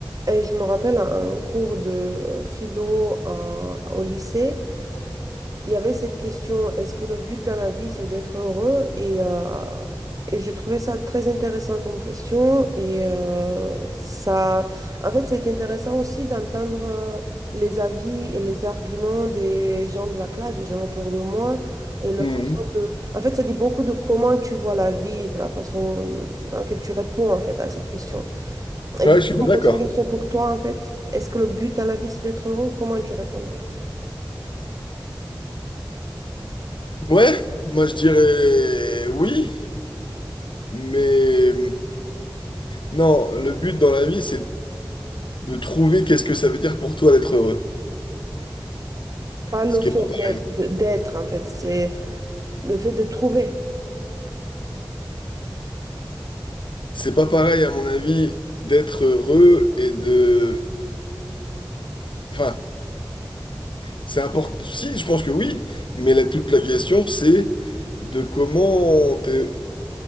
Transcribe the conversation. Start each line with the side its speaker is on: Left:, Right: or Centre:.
Right: Et je me rappelle un un cours de euh, philo euh, au lycée, il y avait cette question, est-ce que le but dans la vie, c'est d'être heureux? Et, euh, et je trouvais ça très intéressant comme question. Et euh, ça, en fait, c'est intéressant aussi d'entendre euh, les avis et les arguments des gens de la classe, des gens autour de moi, et leur
Left: Hmm.
Right: façon de... En fait, ça dit beaucoup de comment tu vois la vie, de la façon dans laquelle tu réponds, en fait, à cette question.
Left: Ouais,
Right: Et du coup,
Left: je suis bien
Right: je me
Left: d'accord.
Right: posais la question pour toi, en fait. Est-ce que le but dans la vie, c'est d'être heureux? Comment tu répondrais?
Left: Ouais, moi je dirais oui, mais non, le but dans la vie, c'est de trouver qu'est-ce que ça veut dire pour toi d'être heureux.
Right: Pas le
Left: Ce qui
Right: fait
Left: est pas
Right: d'être,
Left: pareil.
Right: de- d'être, en fait, c'est le fait de trouver.
Left: C'est pas pareil, à mon avis, d'être heureux et de... Enfin, c'est important. Si, je pense que oui, mais la- toute la question, c'est de comment... t'es-